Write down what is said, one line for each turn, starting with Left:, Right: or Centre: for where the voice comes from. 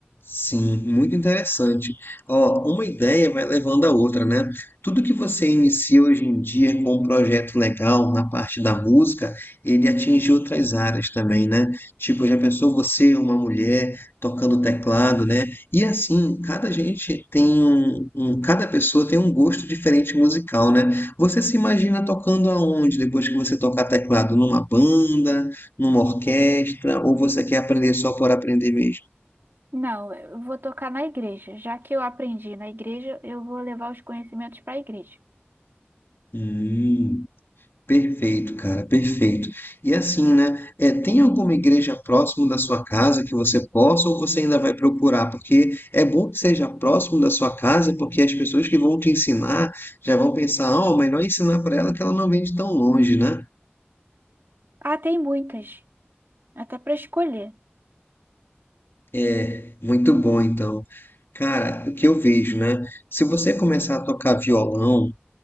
Left: Sim, muito interessante. Ó, uma ideia vai levando a outra, né? Tudo que você inicia hoje em dia com um projeto legal na parte da música, ele atinge outras áreas também, né? Tipo, já pensou você, uma mulher, tocando teclado, né? E assim, cada gente tem um, um- cada pessoa tem um gosto diferente musical, né? Você se imagina tocando aonde depois que você tocar teclado? Numa banda, numa orquestra, ou você quer aprender só por aprender mesmo?
Right: Não, eu vou tocar na igreja. Já que eu aprendi na igreja, eu vou levar os conhecimentos para a igreja.
Left: Hum. Perfeito, cara, perfeito. E assim, né? É, tem alguma igreja próximo da sua casa que você possa ou você ainda vai procurar? Porque é bom que seja próximo da sua casa, porque as pessoas que vão te ensinar já vão pensar, ah, melhor é ensinar para ela que ela não vem de tão longe, né?
Right: Ah, tem muitas, até para escolher.
Left: É, muito bom, então. Cara, o que eu vejo, né? Se você começar a tocar violão,